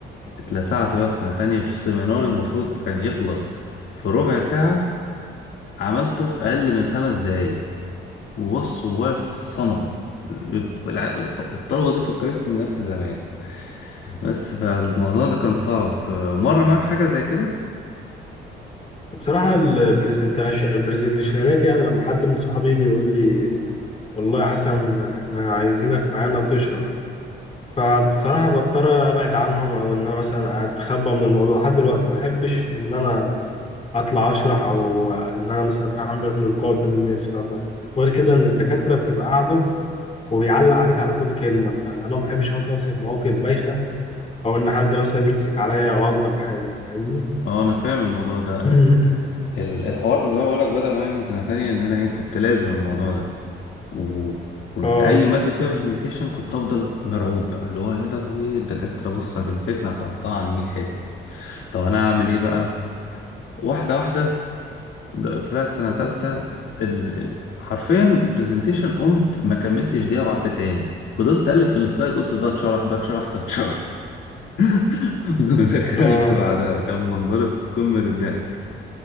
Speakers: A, on the left; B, on the left.
A: اتلسعت بقى في سنة تانية في سيمينار المفروض كان يخلص في ربع ساعة عملته في أقل من خمس دقايق وبص هو واقف صنم الع- الطلبة دي فكرتهم نفس زمان بس فالموضوع ده كان صعب مر معاك حاجة زي كده؟
B: بصراحة البرزنتيشن البرزنتيشنات يعني لما حد من صحابي يجي يقول لي والله يا حسن احنا عايزينك معانا تشرح فبصراحة بضطر ابعد عنهم او ان انا مثلا استخبى من الموضوع لحد دلوقتي ما احبش ان انا اطلع اشرح او ان انا مثلا اعمل لقاء قدام الناس فاهم غير كده ان الدكاترة بتبقى قاعدة وبيعلق عليك على كل كلمة فأنا ما بحبش أحط نفسي في مواقف بايخة أو إن حد مثلا يمسك عليا أو ألطف حاجة فاهمني؟
A: اه انا فاهم الموضوع ده
B: <laughs> <clears throat>
A: ال- الحوار زي ما بقولك بدأ معايا من سنة تانية ان انا ايه كنت لازم الموضوع ده وكنت
B: آه
A: اي ماده فيها برزنتيشن كنت افضل مرعوب بقى اللي هو يا لهوي الدكاتره بص هتمسكنا هتقطعني 100 حته طب انا اعمل ايه بقى واحده واحده د- طلعت سنه تالتة ال... ال- حرفيا برزنتيشن قمت ما كملتش دقيقه وقعدت تاني فضلت الف في السلايد قلت ده اتشرح ده اتشرح ده اتشرح <laughs> دخلت
B: آه
A: بعدها كان منظري في قمه الضحك